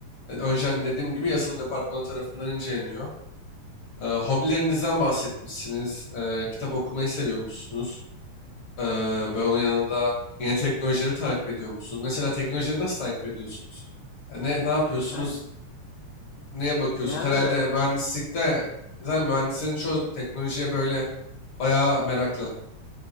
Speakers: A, on the left; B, on the left.
A: e, Önceden dediğim gibi yazılım departmanı tarafından inceleniyor. Eee, hobilerinizden bahsetmişsiniz. Eee, kitap okumayı seviyor musunuz? Eee böyle onun yanında yeni teknolojileri takip ediyor musunuz? Mesela teknolojileri nasıl takip ediyorsunuz? E, Ne, ne yapıyorsunuz?
B: Yani
A: neye bakıyorsun?
B: yani genelde
A: Herhalde mühendislikte zaten mühendislerin çoğu teknolojiye böyle bayağı meraklı.